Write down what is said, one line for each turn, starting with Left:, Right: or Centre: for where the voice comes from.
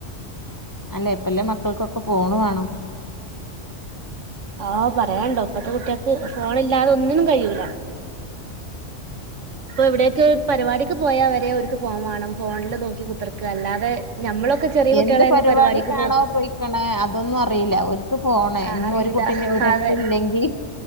Left: അല്ല ഇപ്പല്ല മക്കൾക്കൊക്കെ ഫോണ് വേണം
Right: ആഹ് പറയാണ്ടോ ഇപ്പത്തെ കുട്യക്ക് ഫോണ് ഇല്ലാതെ ഒന്നിനും കഴൂല എവിടേക്ക് പരിപാടിക്ക് പോയാ വരെ ഓൽക്ക് ഫോൺ വേണം ഫോണില് നോക്കി കുത്തർക്ക അല്ലാതെ ഞമ്മളൊക്കെ ചെറിയ കുട്ടികളായിരുന്നു
Left: എന്ത് പരിപാടി
Right: പരിപാടിക്ക്
Left: കാണോ
Right: പോ
Left: പോയിക്കണ അതൊന്നും അറിയില്ല ഓൽക്ക് ഫോണ്
Right: ആ
Left: ഇഞ്ഞ്
Right: അറിയൂല
Left: ഒരു കുട്ടീ ൻ്റട്ത്ത്
Right: അതെ
Left: ഇല്ലെങ്കിൽ